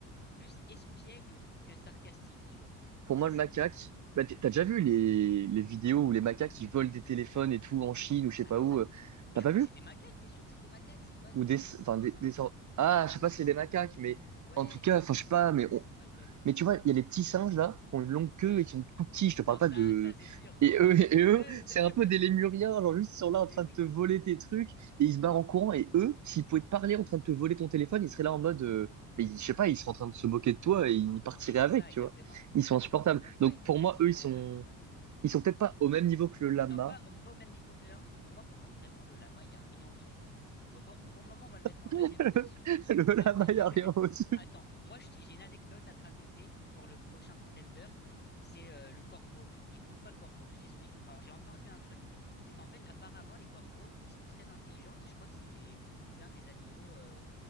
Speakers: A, on the left (about 25°); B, on the right (about 50°).
A: plus espiègle que sarcastique, tu vois?
B: Pour
A: C'est
B: moi, le
A: ça
B: macaque,
A: aussi.
B: bah, t- t'as déjà vu les, les vidéos où les macaques ils volent des téléphones et tout en Chine ou je sais
A: Ah
B: pas
A: non,
B: où.
A: ça-
B: euh,
A: mais
B: T'as
A: je-
B: pas vu?
A: c'est des macaques, t'es sûr que c'est des macaques, c'est pas
B: Ou des,
A: une autre
B: enfin
A: type de
B: des,
A: singe?
B: des sortes- Ah, je sais
A: Ou
B: pas
A: sinon
B: si c'est des
A: on dit,
B: macaques, mais
A: ouais,
B: en tout cas,
A: je- tu vois,
B: enfin
A: je
B: je
A: sais
B: sais pas,
A: pas exactement
B: mais
A: si
B: on-
A: c'est des macaques.
B: mais tu vois, il y a les petits singes là qui ont une longue
A: Oui,
B: queue et qui sont tout petits. Je te parle
A: non,
B: pas
A: ça,
B: de
A: ça c'est sûr, oui,
B: et
A: oui,
B: eux <laughs> et eux,
A: eux,
B: c'est
A: <laughs>
B: un peu des lémuriens, genre juste ils sont là en train
A: mais oui,
B: de te voler tes trucs et ils se barrent en courant. Et eux, s'ils pouvaient te parler en train de te voler ton téléphone, ils seraient là en mode, euh, mais je sais pas, ils seraient en train de se moquer de toi et ils partiraient
A: mais c'est
B: avec,
A: ça
B: tu
A: exactement.
B: vois. Ils sont insupportables.
A: Donc ouais,
B: Donc pour
A: effectivement,
B: moi, eux, ils sont
A: ouais.
B: ils sont peut-être pas au même niveau que le lama.
A: Non, pas, au- pas au même niveau que le lama, parce que pour moi, pour le moment, vraiment, le lama, il n'y a rien au-dessus. Pour le moment. Donc, faut- pour le moment, on va le mettre en
B: <laughs>
A: deuxième position.
B: le
A: Après,
B: lama, il
A: <laughs>
B: n'y a rien au-dessus.
A: attends, moi, je t- j'ai une anecdote à te raconter pour le prochain contender. C'est euh, le corbeau, mec. Et pourquoi le corbeau? Je t'explique. Alors, j'ai entendu un truc, c'est qu'en fait, apparemment, les corbeaux, ils sont très intelligents. Je crois que c'est les- c'est l'un des animaux euh,